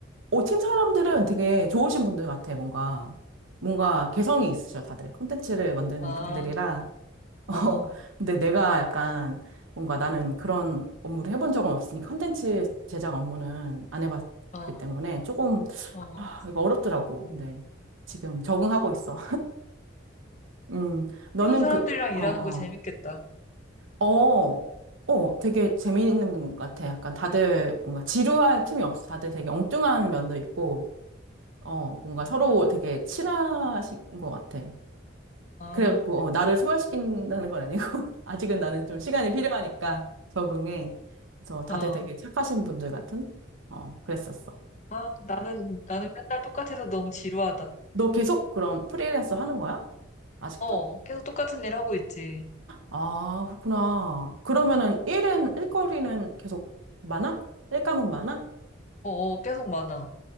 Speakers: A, on the right; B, on the left.
A: 어, 팀 사람들은 되게 좋으신 분들 같아, 뭔가. 뭔가 개성이
B: 응.
A: 있으셔, 다들. 콘텐츠를 만드는
B: 아,
A: 분들이라. <laughs> 어,
B: 어,
A: 근데 내가 약간, 뭔가 나는 그런 업무를 해본 적은 없으니, 콘텐츠 제작 업무는 안 해봤기
B: 어,
A: 때문에 조금,
B: 어.
A: 아, 이거 어렵더라고. 근데 지금 적응하고 있어. 음, 너는
B: 새로운 사람들이랑
A: 그, 어,
B: 일하는
A: 어,
B: 거 재밌겠다.
A: 어, 어, 되게 재미있는 분 같아. 약간 다들 뭔가 지루할 틈이 없어. 다들 되게 엉뚱한 면도 있고, 어, 뭔가 서로 되게 친하신 것 같아.
B: 아,
A: 그래갖고, 어, 나를 소화시킨다는 건 아니고, <laughs> 아직은 나는 좀 시간이 필요하니까 적응해. 그래서 다들
B: 어.
A: 되게 착하신 분들 같은, 어, 그랬었어.
B: 아, 나는, 나는 맨날 똑같아서 너무 지루하다.
A: 너 계속 그럼 프리랜서 하는 거야? 아직도?
B: 어, 계속 똑같은 일 하고 있지.
A: 아, 그렇구나. 그러면은 일은, 일거리는 계속 많아? 일감은 많아?
B: 어, 어, 계속 많아.